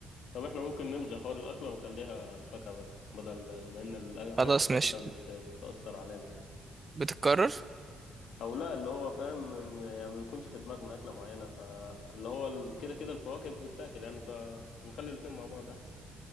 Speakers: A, on the left (about 75°); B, on the right (about 30°).
A: طب احنا ممكن نلغي حوار الأكلة ونخليها الفاكهة بس بدل ما إن ال- حاسس
B: خلاص
A: الأكلة
B: ماشي
A: بت... بتأثر علينا يعني
B: بتتكرر
A: أو لا اللي هو فاهم يعني ما بيكونش في دماغنا أكلة معينة فاللي هو ال- كده كده الفواكه بتتاكل يعني فنخلي الاتنين مع بعض أحسن